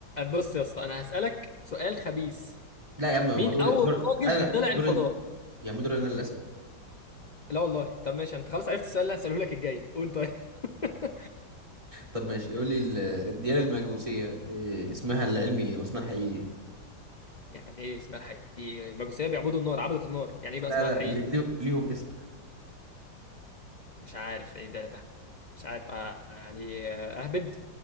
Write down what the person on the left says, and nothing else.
بص يا اسطى انا هسألك سؤال خبيث
مين
اول
راجل
طلع
الفضاء
لا والله طب ماشي انت خلاص عرفت السؤال اللي هسأله لك الجاي قول طيب <laughs>
يعني ايه اسمها الحقيقي المجوسية بيعبدوا النار عبدة النار يعني ايه
بقى اسمها
الحقيقي
مش عارف ايه ده ده مش عارف آه، يعني آه، اهبد